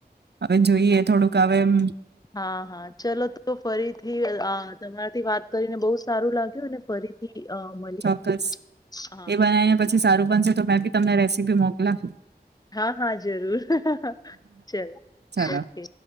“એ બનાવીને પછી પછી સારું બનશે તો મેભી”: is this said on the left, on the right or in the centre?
Right